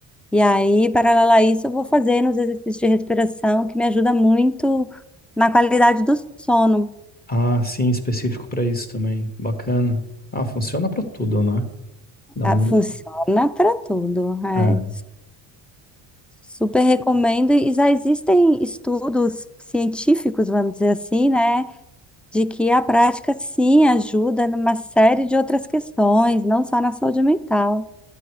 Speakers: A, in the centre; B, on the left.
A: e aí, paralelo a isso, eu vou fazendo os exercícios de respiração, que me ajuda muito na qualidade do sono.
B: Ah, sim, específico para isso também. Bacana. Ah, funciona para tudo, né? Dá
A: Ah,
B: uma...
A: Funciona para tudo, é.
B: É.
A: Super recomendo, e já existem estudos científicos, vamos dizer assim, né, de que a prática sim ajuda numa série de outras questões, não só na saúde mental.